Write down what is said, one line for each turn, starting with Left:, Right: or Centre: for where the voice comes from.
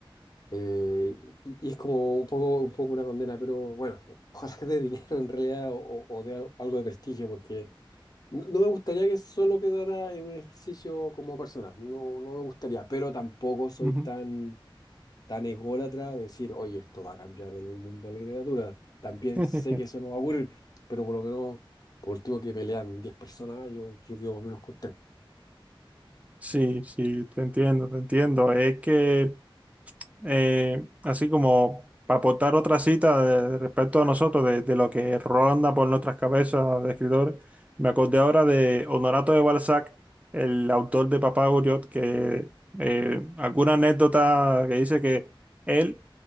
Left: eh, y, y es como un poco, un poco una condena, pero bueno, <laughs> ojalá que de dinero en realidad o, o- o de algo, algo de prestigio, porque no no me gustaría que solo quedara en un ejercicio como personal, no, no me gustaría, pero tampoco soy
Right: Ujú.
Left: tan tan ególatra, decir, oye, esto va a cambiar el mundo de la literatura. También
Right: <laughs>
Left: sé que eso no va a ocurrir, pero por lo menos, por último que pelean 10 personas, yo, yo quedo menos contento.
Right: Sí, sí, te entiendo, te entiendo. Es que eh, así como para aportar otra cita de- respecto a nosotros, de, de lo que ronda por nuestras cabezas de escritores me acordé ahora de Honorato de Balzac, el autor de Papá Goriot, que eh, alguna anécdota que dice que él,